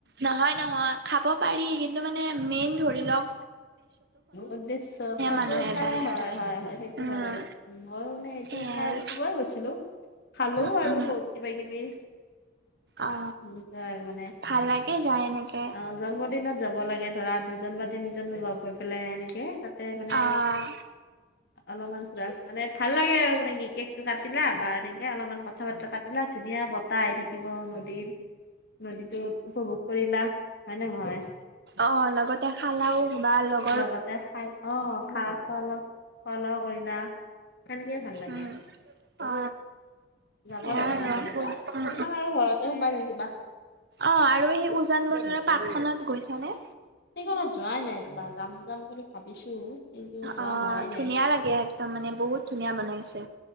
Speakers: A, on the right (about 55°); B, on the left (about 55°).
A: নহয় - নহয় খাব পাৰি কিন্তু মানে মেইন ধৰি লওক
B: উদ্দেশ্য পৰ্ব
A: মানুহে
B: উঠাৰে
A: যায়।
B: হয় হয় হয় সেইটো
A: উম,
B: হয় বাৰু। ম‌ই মানে এইটো
A: সেয়াই
B: চাই উঠিবই গৈছিলো খালো
A: উম, উম,
B: আৰু বহুত কিবা কিবি
A: অ
B: এনেকুৱা আৰু মানে
A: ভাল লাগে যায় এনেকে-
B: অ জন্মদিনত যাব লাগে ধৰা দুইজন বা তিনিজন লগ হৈ পেলাই এনেকে- তে মানে
A: আহ
B: অলপমান মানে ভাল লাগে আৰু মানে কি কেক টো কাটিলা বা এনেকে অলপমান কথা বতৰা পাতিলা ধুনীয়া বন। আটা আহি থাকিব নদীৰ নদীটোত উপভোগ কৰিলা। হয় নে নহয়?
A: অঁ, লগতে খালাওঁ বা লগ
B: লগতে খাই অঁ, খা খ খালা কৰিলা। সেনেকেই ভাল লাগে।
A: উম অ
B: যাব
A: এয়াই
B: লাগে মাজে
A: আৰু
B: - মাজে
A: উম
B: কিমান আৰু ঘৰতে সোমাই থাকিবা।
A: অঁ, আৰু সেই উজান বজাৰৰ পাৰ্কখনত গৈছানে?
B: সেইখনত যোৱাই নাই ৰবা যাম-যাম বুলি ভাবিছো। কিন্তু যোৱা
A: অঁ,
B: হোৱাই
A: ধুনীয়া
B: নাই
A: লাগে একদম মানে বহুত ধুনীয়া বনাইছে।